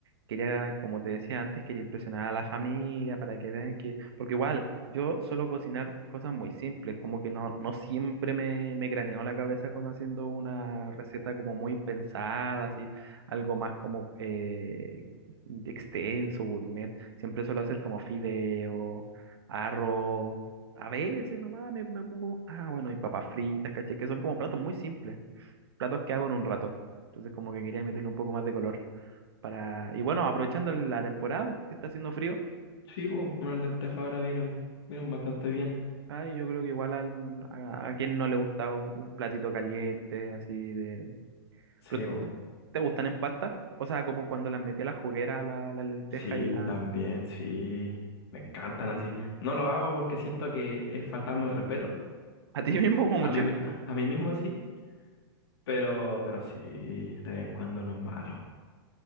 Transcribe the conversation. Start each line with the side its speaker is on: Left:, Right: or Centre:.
Right: quería, como te decía antes, quería impresionar a la familia para que vean que, porque igual yo suelo cocinar cosas muy simples, como que no, no siempre me, me craneó la cabeza con haciendo una receta como muy pensada, así, algo más como eh, extenso, gourmet, siempre suelo hacer como fideo, arroz, a veces nomás me, me pongo, ah, bueno, y papas fritas, caché, que son como platos muy simples platos que hago en un rato. Entonces como que quería meterle un poco más de color. Para... Y bueno, aprovechando la temporada, pues, que está haciendo frío,
Left: Sí, po, unas lentejas ahora vienen, vienen bastante bien.
Right: ay, yo creo que igual al- a, a quien no le gusta un, un platito caliente, así de...
Left: Sí,
Right: Pero,
Left: po.
Right: ¿tú- ¿te gustan en pasta? O sea, como cuando las metí a la juguera, la, la lenteja
Left: Sí,
Right: y la...
Left: también, sí. Me encantan así. No lo hago porque siento que es faltarme el respeto.
Right: A ti <laughs> mismo como
Left: A
Right: chef.
Left: mí, <laughs> mi- a mí mismo sí, pero, pero sí, de vez en cuando no es malo.